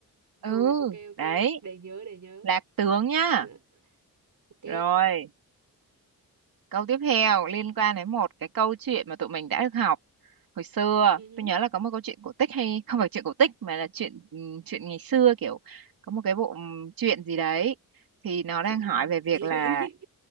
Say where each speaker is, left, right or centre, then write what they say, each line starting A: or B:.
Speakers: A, on the right; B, on the right.
A: rồi
B: ừ
A: ok ok
B: đấy
A: để nhớ để nhớ
B: là tướng nhá
A: Dạ, ok
B: rồi Câu tiếp theo liên quan đến một cái câu chuyện mà tụi mình đã được học hồi xưa.
A: ừ,
B: Tôi nhớ là có một câu chuyện cổ tích hay không phải chuyện cổ tích mà là chuyện ừm, chuyện ngày xưa kiểu có một cái bộ ừm, chuyện gì đấy thì nó đang
A: chuyện
B: hỏi về việc
A: gì
B: là
A: đấy